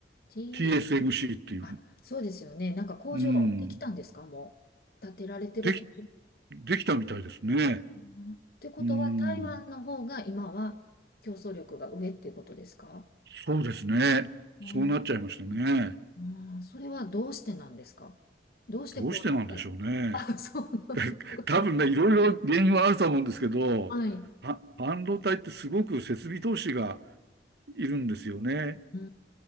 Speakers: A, on the left; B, on the right.
A: T、
B: TSMC っていう、
A: あ、そうですよね。なんか工場できたんですかもう。
B: うん、
A: 建てられてる途中か
B: でき、できたみたいですね。
A: な。ってことは、
B: うーん、
A: 台湾の方が今は競争力が上っていうことですか
B: そうですね。
A: あ
B: そうなっちゃいましたね。
A: ああー、それはどうしてなんですかどうしてこうなったあ、
B: どうしてなんでしょうね。
A: そうなんだ。
B: <laughs> 多分ね、いろいろ原因はあると思うんですけど、
A: <laughs> はい。
B: は半導体ってすごく設備投資がいるんですよね。
A: うー